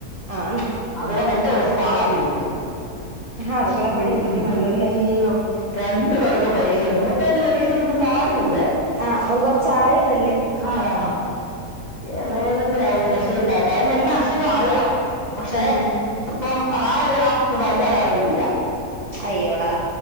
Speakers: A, on the right; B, on the left.
A: ആണോ
B: അത് കൊണ്ട് എന്റെ ദിവസം നാളെ അങ്ങ് തീർന്നു
A: അതുങ്ങളെ
B: ഉം
A: പഠിപ്പിക്കണല്ലോ അല്ലേ
B: അയ്യോ രണ്ട് പേർക്കും പരീക്ഷ മൂത്തെന്റെ പരീക്ഷ പിന്നെ സാരമില്ല
A: ആഹ് അവൻ കൊറച്ചു ആയത
B: ആഹ് ഇളയവന്റെ ഒരു ശ് <unintelligible> എല്ലാം ശരവും അറിയാം പക്ഷേ
A: ആഹാ
B: ഇപ്പൊ റ എഴുതെടാ ന്ന് പറഞ്ഞാ അറിയത്തില്ല
A: അയ്യോടാ